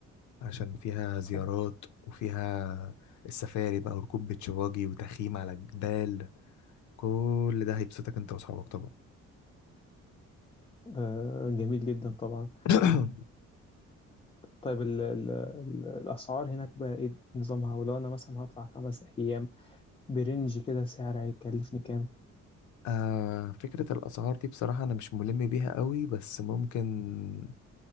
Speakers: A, on the left; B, on the left.
A: عشان فيها
B: خلاص
A: زيارات وفيها السفاري بقى وركوب بيتش باجي وتخييم على الجبال كل ده هيبسطك انت وصحابك طبعا
B: آه جميل جدا طبعا
A: <clears throat> <coughs>
B: طيب ال ال ال الاسعار هناك بقى ايه نظامها ولو انا مثلا هطلع خمس ايام برنج كده سعر هيكلفني كام
A: آه فكرة الأسعار دي بصراحة أنا مش ملم بيها قوي بس ممكن